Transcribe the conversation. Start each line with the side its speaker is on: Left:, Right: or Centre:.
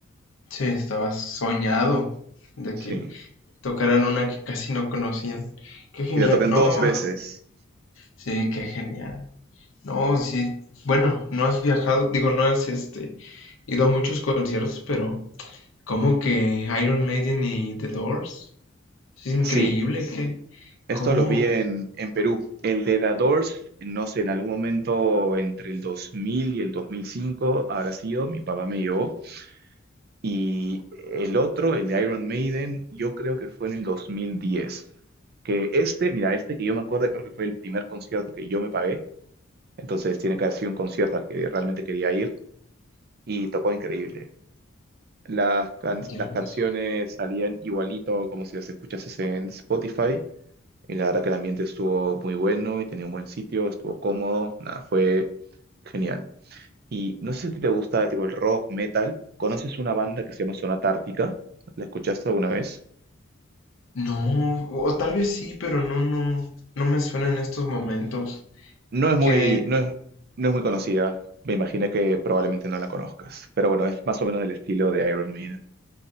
Left: Sí, estabas soñado de
Right: Sí.
Left: que tocaran una que casi no conocían. ¡Qué genial!
Right: Y la tocan
Left: No,
Right: dos veces.
Left: sí, qué genial. No, sí, bueno, no has viajado, digo, no has este, ido a muchos conciertos, pero como que Iron Maiden y The Doors? Es increíble
Right: Sí,
Left: que,
Right: esto
Left: ¿cómo?
Right: lo vi en, en Perú. El de The Doors, no sé, en algún momento entre el 2000 y el 2005 habrá sido, mi papá me llevó Y el otro, el de Iron Maiden, yo creo que fue en el 2010. Que este, mira, este que yo me acuerdo, creo que fue el primer concierto que yo me pagué. Entonces tiene que haber sido un concierto al que realmente quería ir y tocó increíble. Las, can-
Left: Dios.
Right: las canciones salían igualito como si las escuchases en Spotify. Y la verdad que el ambiente estuvo muy bueno y tenía un buen sitio, estuvo cómodo, nada, fue genial. Y no sé si te gusta tipo el rock, metal. ¿Conoces una banda que se llama Zona Tártica? ¿La escuchaste alguna vez?
Left: No, o, o tal vez sí, pero no, no, no me suena en estos momentos.
Right: No es muy,
Left: Que
Right: no es, no es muy conocida. Me imaginé que probablemente no la conozcas. Pero bueno, es más o menos del estilo de Iron Maiden.